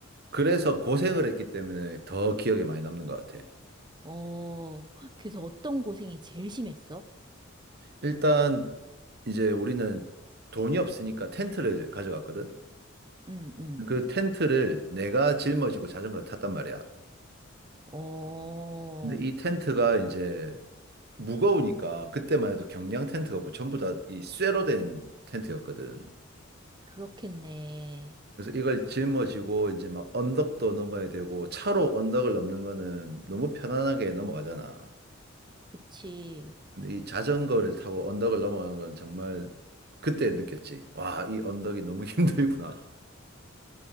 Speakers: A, on the right (about 50°); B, on the right (about 20°).
A: 그래서 고생을 했기 때문에 더 기억에 많이 남는 것 같아.
B: 어, 그래서 어떤 고생이 제일 심했어?
A: 일단 이제 우리는 돈이 없으니까 텐트를 가져갔거든.
B: 응, 응.
A: 그 텐트를 내가 짊어지고 자전거를 탔단 말이야.
B: 어,
A: 근데 이 텐트가 이제 무거우니까 그때만 해도 경량 텐트가 없고 전부 다 이 쇠로 된 텐트였거든.
B: 그렇겠네.
A: 그래서 이걸 짊어지고 이제 막 언덕도 넘어야 되고 차로 언덕을 넘는 거는 너무 편안하게 넘어가잖아.
B: 그치.
A: 근데 이 자전거를 타고 언덕을 넘어가는 건 정말 그때 느꼈지. 와, 이 언덕이 너무 <laughs> 힘들구나.